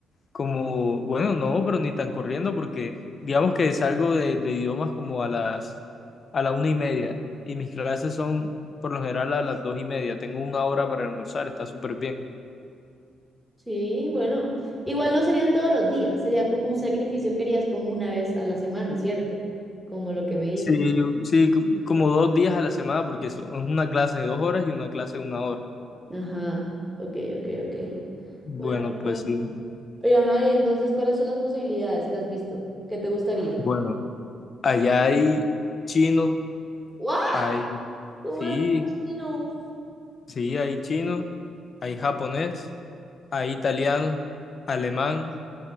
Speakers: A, on the left; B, in the centre.
A: como, bueno, no, pero ni tan corriendo porque digamos que salgo de, de idiomas como a las, a la una y media y mis clases son por lo general a las dos y media. Tengo una hora para almorzar, está súper bien.
B: Sí, bueno, igual no serían todos los días, sería como un sacrificio que harías como una vez a la semana, ¿cierto? Como lo que me dices.
A: Sí, sí, c- como dos días a la semana porque son- es una clase de dos horas y una clase de una hora.
B: Ajá, ok, ok, ok.
A: Bueno,
B: Bueno,
A: pues
B: bueno.
A: sí.
B: Y, ajá, y entonces, ¿cuáles son las posibilidades que has visto? ¿Qué te gustaría?
A: Bueno, allá hay chino,
B: ¿What?
A: hay,
B: ¿Cómo
A: sí,
B: hace no?
A: sí, hay chino, hay japonés, hay italiano, alemán